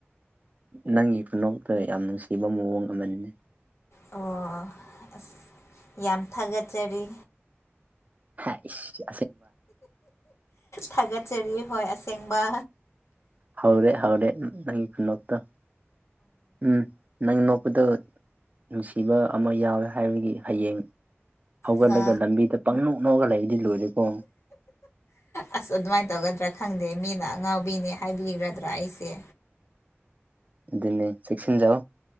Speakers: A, on the right; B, on the left.
A: ꯅꯪꯒꯤ ꯈꯨꯅꯇ ꯌꯥꯝ ꯅꯨꯡꯁꯤꯕ ꯃꯑꯣꯡ ꯑꯃꯅꯤꯅꯦ
B: ꯑꯣ ꯑꯁ ꯌꯥꯝ ꯊꯥꯒꯠꯆꯔꯤ
A: ꯍꯥ ꯏꯁ
B: ꯊꯥꯒꯠꯆꯔꯤ ꯍꯣꯏ ꯑꯁꯦꯡꯕ
A: ꯍꯥꯎꯔꯦ ꯍꯧꯥꯎꯔꯦ ꯅꯪꯅꯇ ꯎꯝ ꯅꯪ ꯗ ꯅꯨꯡꯁꯤꯕ ꯑꯃ ꯌꯥꯎꯋꯦ ꯍꯥꯏꯕꯒꯤ ꯍꯌꯦꯡ ꯍꯧꯒꯠꯂꯒ
B: ꯍꯥ
A: ꯂꯝꯕꯤꯗ ꯄꯪ ꯅꯣꯛꯅꯣꯛꯒ ꯂꯩꯕꯗꯤ ꯂꯣꯏꯔꯦꯀꯣ
B: ꯑꯁ ꯑꯗꯨꯃꯥꯏꯅ ꯇꯧꯒꯗ꯭ꯔꯥ ꯈꯪꯗꯦ ꯃꯤꯅ ꯑꯉꯥꯎꯕꯤꯅꯦ ꯍꯥꯏꯕꯤꯒ꯭ꯔꯗ꯭ꯔꯥ ꯑꯩꯁꯦ
A: ꯑꯗꯨꯅꯤ ꯆꯦꯛꯁꯤꯟꯖꯎ